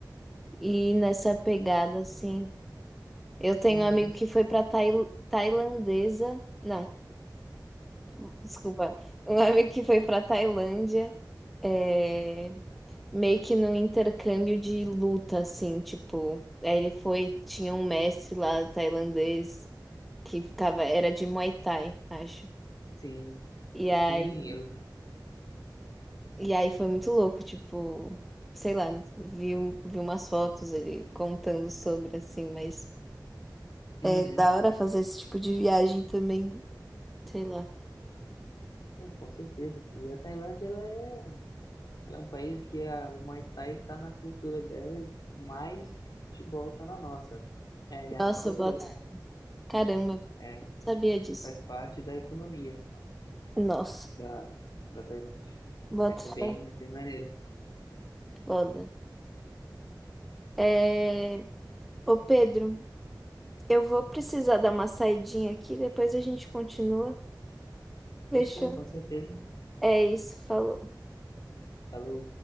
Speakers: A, in the centre; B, on the left (about 60°).
A: e ir nessa pegada, assim. Eu tenho
B: Uhum,
A: um amigo que foi pra tai tailandesa. Não, <sniffs> desculpa. Um amigo que foi pra Tailândia, é, meio que num intercâmbio de luta, assim, tipo. Aí ele foi, tinha um mestre lá tailandês que ficava, era de Muay Thai, acho.
B: sim.
A: E aí.
B: Sim, eu.
A: E aí foi muito louco, tipo, sei lá, vi, um- vi umas fotos ele contando sobre, assim, mas
B: Uhum.
A: é da hora fazer esse tipo de viagem também, sei lá.
B: Pô, com certeza. E a Tailândia, ela é Ela é um país que a- o Muay Thai está na cultura dela mais do que o futebol está na nossa. É assustador,
A: Nossa, eu boto.
B: assim.
A: Caramba, não
B: É,
A: sabia disso.
B: faz parte da economia
A: Nossa,
B: da, da Tailândia.
A: boto
B: É, é bem,
A: fé,
B: é bem maneiro.
A: foda. É... Ô Pedro, eu vou precisar dar uma saidinha aqui, depois a gente continua.
B: Fechou,
A: Fechou?
B: com certeza.
A: É isso, falou.
B: Falou.